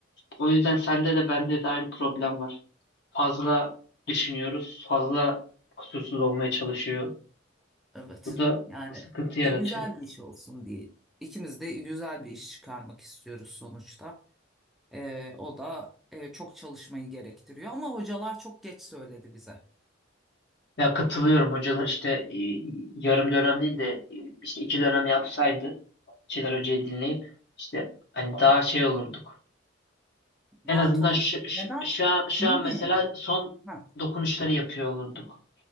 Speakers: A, on the left; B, in the centre.
A: o yüzden sende de bende de aynı problem var. Fazla düşünüyoruz, fazla kusursuz olmaya çalışıyor
B: Evet.
A: Bu da
B: Yani
A: sıkıntı yaratıyor.
B: e, güzel bir iş olsun diye. İkimiz de güzel bir iş çıkarmak istiyoruz sonuçta. E, o da e, çok çalışmayı gerektiriyor. Ama hocalar çok geç söyledi bize.
A: Ya katılıyorum hocalar işte e, yarım dönem değil de e, işte iki dönem yapsaydı Çınar Hoca'yı dinleyip işte hani daha şey olurduk. En
B: Rahat
A: azından
B: olur.
A: şu, şu,
B: Neden?
A: şu an, şu
B: Niye
A: an mesela
B: yani?
A: son
B: Ha,
A: dokunuşları yapıyor olurduk.